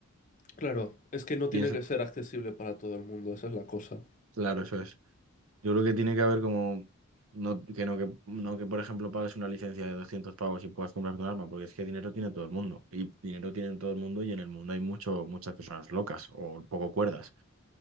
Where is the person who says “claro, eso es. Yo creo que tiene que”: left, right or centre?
Right